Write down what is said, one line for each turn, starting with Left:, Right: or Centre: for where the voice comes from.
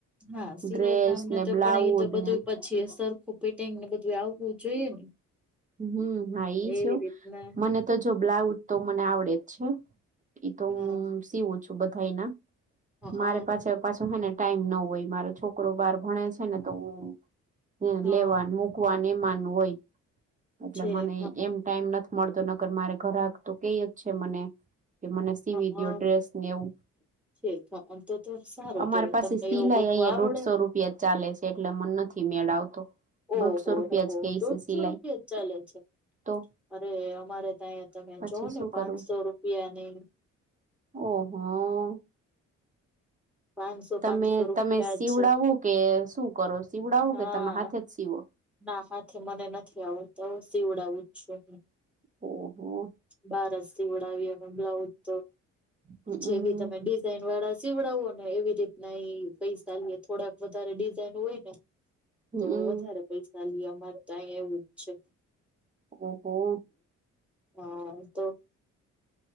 Centre: હા
Right: ડ્રેસ
Centre: સિલાઈ કામ ને તો
Right: બ્લાઉઝ
Centre: પણ એ તો બધું
Right: ને
Centre: જે સરખું ફિટિંગને બધું આવવું જોઈએ ને.
Right: હમ હા ઈ
Centre: એવી
Right: છે હો
Centre: રીતના
Right: મને તો જો બ્લાઉઝ તો મને આવડે જ છે. ઈ તો
Centre: હા
Right: હું સીવું છું બધાયના
Centre: હા
Right: મારે પાછા પાછું હે ને ટાઈમ ન હોય મારો છોકરો બાર ભણે છે ને તો હું
Centre: હા
Right: લેવા નુ મૂક. મુકવાને એમાનું હોય. એટલે
Centre: છે
Right: મને
Centre: હા
Right: એમ ટાઈમ નથી મળતો નકર મારે ઘરાગ તો કેય જ છે મને કે મને સીવી
Centre: હા
Right: દયો ડ્રેસને એવું.
Centre: છે તો તો સારું
Right: અમારે
Centre: કેવાય
Right: પાસે
Centre: તમને
Right: સિલાઈ
Centre: એવું બધું
Right: અહિયાં
Centre: આવડે
Right: દોઢસો
Centre: ને
Right: રૂપિયા ચાલે છે. એટલે મન નથી મેળ આવતો.
Centre: ઓહ
Right: દોઢસો
Centre: હો
Right: રૂપિયા
Centre: હો
Right: જ કેય
Centre: દોઢ
Right: છે સિલાઈ
Centre: સો રૂપિયા જ. ચાલે છે
Right: તો
Centre: અરે અમારે તો આય તમે
Right: પછી
Centre: જોવ ને
Right: શું
Centre: પાનસો
Right: કરવું
Centre: રૂપિયાની
Right: ઓહો.
Centre: પાંચસો
Right: તમે
Centre: પાંચસો રૂપિયા
Right: તમે સીવડાવો
Centre: જ છે
Right: કે શું કરો? સીવડાવો
Centre: હા,
Right: કે તમે હાથે જ સીવો
Centre: ના હાથે મને નથી આવડતો હું સીવડાવું જ છું.
Right: ઓ હા.
Centre: બારજ સિવડાવીએ અને બ્લાઉઝ તો
Right: હમમ
Centre: જેવી તમે ડિઝાઇન વાળા સીવડાવોને એવી રીતના એ પૈસા લે થોડાક વધારે ડિઝાઇન હોય ને
Right: હમમ
Centre: તો વધારે પૈસા લેય અમારે તાય એવું જ છે.
Right: ઓહો.
Centre: હો તો.